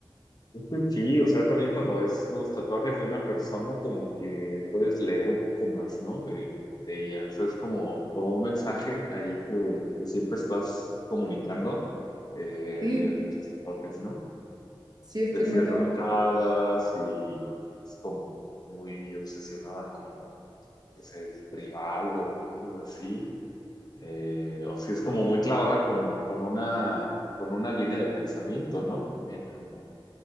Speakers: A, on the left; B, on the right.
A: es que sí, o sea, también cuando ves los tatuajes de una persona, como que puedes leer un poco más, ¿no? De, de ella. O sea, es como, como un mensaje ahí que, que siempre estás comunicando eh,
B: Sí,
A: mediante tus tatuajes, ¿no?
B: sí, estoy
A: De si
B: muy
A: es
B: de
A: relajada,
B: acuerdo.
A: si es como muy obsesionada con que sea el rival o cosas así, eh, o si es como muy clavada con, con una, con una línea de pensamiento, ¿no? También como,